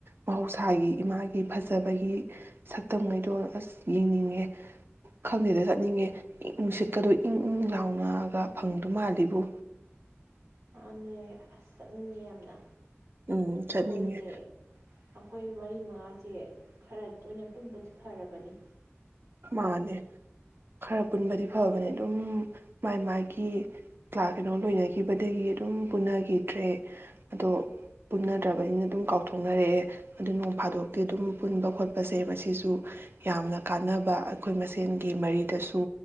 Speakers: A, on the right; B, on the right.
A: ꯃꯍꯧꯁꯥꯒꯤ ꯏꯃꯥꯒꯤ ꯐꯖꯕꯒꯤ ꯁꯛꯇꯝꯉꯩꯗꯣ ꯑꯁ ꯌꯦꯡꯅꯤꯡꯉꯦ ꯈꯪꯗꯦꯗ ꯆꯠꯅꯤꯡꯉꯦ ꯏꯪ ꯅꯨꯡꯁꯤꯠꯀꯗꯣ ꯏꯪ ꯏꯪ ꯂꯥꯎꯅꯒ ꯐꯪꯗꯧ ꯃꯥꯜꯂꯤꯕꯨ
B: ꯃꯥꯅꯦ ꯑꯁ ꯆꯠꯅꯤꯡꯉꯤ ꯌꯥꯝꯅ
A: ꯎꯝ ꯆꯠꯅꯤꯡꯉꯦ
B: ꯑꯩꯈꯣꯏꯁꯦ ꯑꯩꯈꯣꯏ ꯃꯔꯤ ꯃꯉꯥꯁꯦ ꯈꯔ ꯇꯣꯏꯅ ꯄꯨꯟꯕꯗꯤ ꯐꯔꯕꯅꯤ
A: ꯃꯥꯅꯦ ꯈꯔ ꯄꯨꯟꯕꯗꯤ ꯐꯕꯅꯦ ꯑꯗꯨꯝ ꯃꯥꯏ ꯃꯥꯒꯤ ꯀ꯭ꯂꯥꯁ ꯀꯩꯅꯣ ꯂꯣꯏꯅꯈꯤꯕꯗꯒꯤ ꯑꯗꯨꯝ ꯄꯨꯟꯅꯈꯤꯗ꯭ꯔꯦ ꯑꯗꯣ ꯄꯨꯟꯅꯗ꯭ꯔꯕꯅꯤꯅ ꯑꯗꯨꯝ ꯀꯥꯎꯊꯣꯛꯅꯔꯛꯑꯦ ꯑꯗꯨ ꯅꯣꯡ ꯐꯥꯗꯣꯛꯇꯤ ꯑꯗꯨꯝ ꯄꯨꯟꯕ ꯈꯣꯠꯄꯁꯦ ꯃꯁꯤꯁꯨ ꯌꯥꯝꯅ ꯀꯥꯟꯅꯕ ꯑꯩꯈꯣꯏ ꯃꯁꯦꯟꯒꯤ ꯃꯔꯤꯗꯁꯨ